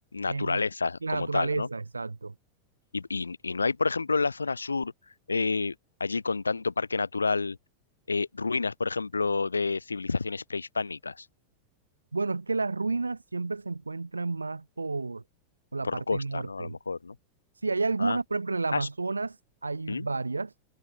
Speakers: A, on the right (about 75°); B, on the left (about 75°).
A: en
B: Naturaleza
A: la
B: como
A: naturaleza,
B: tal, ¿no?
A: exacto.
B: Y, y- y no hay, por ejemplo, en la zona sur, eh, allí con tanto parque natural, eh, ruinas, por ejemplo, de civilizaciones prehispánicas,
A: Bueno, es que las ruinas siempre se encuentran más por, por la
B: por
A: parte
B: costa,
A: norte.
B: ¿no? A lo mejor, ¿no?
A: Sí, hay algunas,
B: Ah,
A: por ejemplo, en el Amazonas
B: ah, s-
A: hay
B: ¿Mm?
A: varias,